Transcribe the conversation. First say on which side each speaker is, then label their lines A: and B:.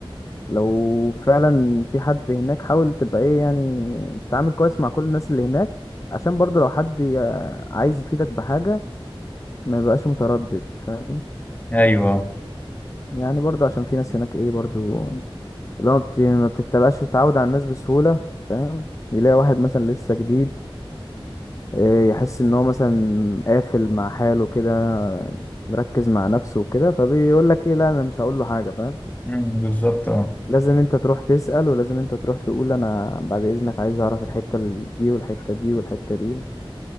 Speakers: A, on the left; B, on the left.
A: لو فعلا في حد هناك حاول تبقى ايه يعني تتعامل كويس مع كل الناس اللي هناك عشان برضه لو حد ي- عايز يفيدك بحاجة ما يبقاش متردد فاهم
B: أيوه آه.
A: يعني برضه عشان في ناس هناك ايه برضه لو ما بت- ما بتتبقاش تتعود على الناس بسهولة فاهم يلاقي واحد مثلا لسه جديد إيه، يحس ان هو مثلا قافل مع حاله كده مركز مع نفسه وكده فبيقول لك ايه لا انا مش هقول له حاجه فاهم
B: مم، بالظبط اه
A: لازم انت تروح تسأل ولازم انت تروح تقول انا بعد اذنك عايز اعرف الحته ال- دي والحته دي والحته دي